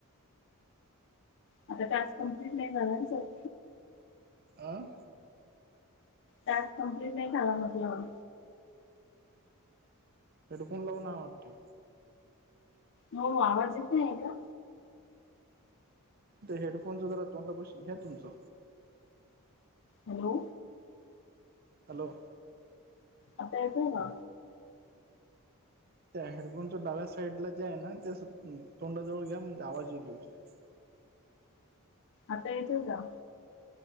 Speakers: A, on the left; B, on the right.
A: आता टास्क कम्प्लीट नाही झाला ना सर.
B: आं?
A: तज कम्प्लीट नाही झाला मधलं.
B: हेडफोन लावून वाटते.
A: हो आवाज येत नाही आहे का?
B: तर हेडफोन् वगरा तोंडापशी घ्या तुमचं.
A: Hello
B: hello.
A: आता येतंय ना?
B: त्या हेडफोनच डाव्या साईडला जे आहे ना त्या तोंडाजवळ घ्या म्हणजे आवाज येई व्यवस्थित.
A: आता येतोय का?